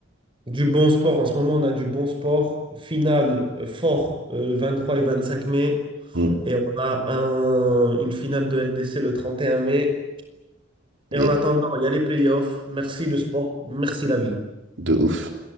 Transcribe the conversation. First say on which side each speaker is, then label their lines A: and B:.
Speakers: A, on the right; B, on the right.
A: Du bon sport, en ce moment, on a du bon sport. Finale euh, fort euh, le 23 et 25 mai.
B: Mm,
A: Et on a un- une finale de LDC le 31 mai. Et
B: yeah,
A: en attendant, il y a les playoffs. Merci le sport, merci la vie.
B: de ouf.